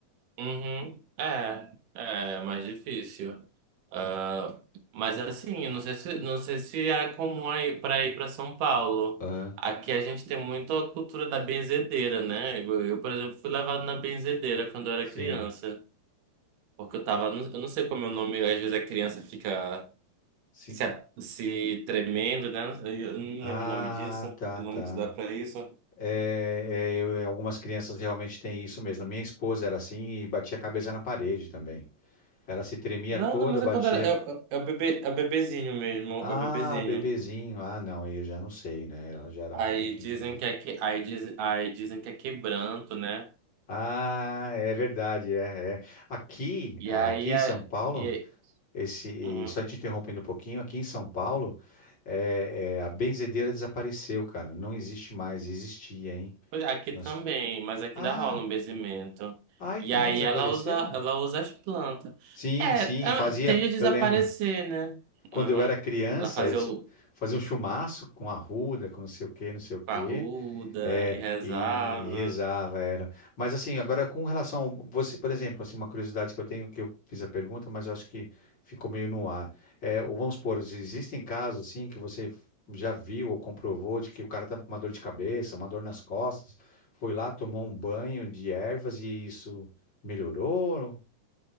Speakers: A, on the right; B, on the left.
A: Uhum. É, é mais difícil. Ah, mas assim, eu não sei se, não sei se é comum aí para ir para São Paulo.
B: Aham,
A: Aqui a gente tem muito a cultura da benzedeira, né? Eu, eu, por exemplo, fui levado na benzedeira quando eu era
B: Sim,
A: criança. Porque eu tava, eu não sei como é o nome, às vezes a criança fica
B: sim.
A: se, se tremendo, né? Eu não
B: Ah,
A: lembro o nome disso,
B: tá,
A: o
B: tá.
A: nome que se dá pra isso.
B: É, é, eu- é, algumas crianças realmente têm isso mesmo. A Minha esposa era assim e batia a cabeça na parede também. Ela se tremia
A: Não,
B: toda,
A: não, mas
B: batia.
A: é quando era, é, é é o bebê, é o bebezinho mesmo,
B: Ah,
A: é o bebezinho.
B: bebezinho. Ah, não, aí eu já não sei, né? Ela já era
A: Aí
B: um pouquinho
A: dizem
B: grande.
A: que é, que, aí diz, aí dizem que é quebranto, né?
B: Ah, é verdade, é, é. Aqui,
A: E
B: aqui
A: aí
B: em
A: é,
B: São Paulo,
A: e,
B: esse, e
A: uhum.
B: só te interrompendo um pouquinho, aqui em São Paulo, é, é, a benzedeira desapareceu, cara. Não existe mais, existia, hein?
A: Pois é, Aqui
B: Nós-
A: também, mas aqui
B: Ah,
A: ainda rola um benzimento.
B: aí
A: E
B: também
A: aí
B: desapareceram?
A: ela usa, ela usa as plantas.
B: Sim,
A: É,
B: sim,
A: ah,
B: fazia.
A: tende a desaparecer,
B: Eu lembro,
A: né?
B: quando
A: Uhum.
B: eu era criança,
A: Ela fazia
B: eles
A: o
B: faziam chumaço com arruda, com não sei o quê, não sei o quê,
A: parruda
B: é,
A: e rezava.
B: e, e rezava, era. Mas assim, agora com relação ao, você, por exemplo, assim, uma curiosidade que eu tenho, que eu fiz a pergunta, mas eu acho que ficou meio no ar. É, ou vamos supor, existem casos assim que você já viu ou comprovou de que o cara estava com uma dor de cabeça, uma dor nas costas, foi lá, tomou um banho de ervas e isso melhorou?